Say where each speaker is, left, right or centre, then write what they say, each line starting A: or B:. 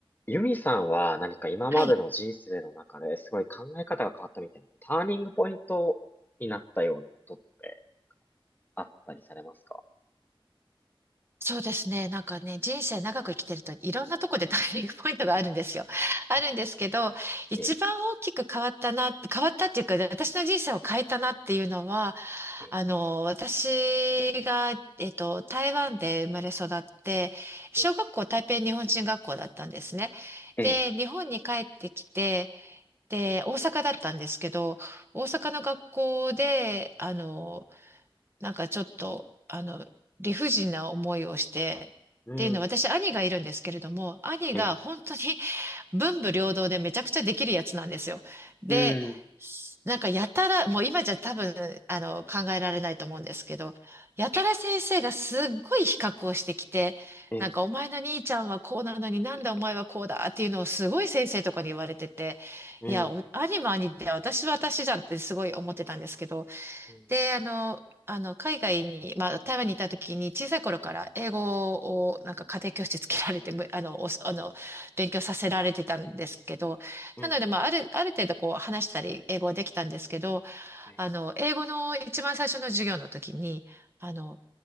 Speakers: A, on the left (about 20°); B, on the right (about 25°).
A: ユミさんは何か今までの人生の中ですごい考え方が変わったみたいな、
B: はい。
A: ターニングポイントになったようなことってあったりされますか
B: そうですね。なんかね、人生長く生きてるといろんなとこでターニングポイントがあるんですよ。あるんですけど、
A: えん
B: 一番大きく変わったな、
A: え、
B: 変わったっていうか、私の人生を変えたなっていうのは、
A: え、
B: あの、私が、えっと、台湾で生まれ育って、小学校台北日本人学校だったんですね。
A: え、え、
B: で、日本に帰ってきて、で、大阪だったんですけど、大阪の学校で、あの、なんかちょっと、あの、理不尽な思いをして、
A: うん、
B: っていうのは、私、兄がいるんですけれども、兄が本当に
A: え
B: <laughs> 文武両道でめちゃくちゃできるやつなんですよ。で、
A: うん
B: なんかやたら、もう今じゃ多分、あの、考えられないと思うんですけど、やたら先生がすっごい比較をしてきて、
A: え、うん、
B: なんかお前の兄ちゃんはこうなのになんでお前はこうだっていうのをすごい先生とかに言われてて、
A: え、うん、
B: いや、
A: え
B: お兄も兄で私は私じゃんってすごい思ってたんですけど、
A: うん、
B: で、あの、あの、海外に、まあ、台湾にいた時に、小さい頃から英語を、なんか家庭教師つけられて、むあの、おあの、勉強させられてたんですけど、
A: うん、
B: なので、まあ、ある、ある程度こう、話したり、英語はできたんですけど、
A: え、
B: あの、英語の一番最初の授業の時に、あの、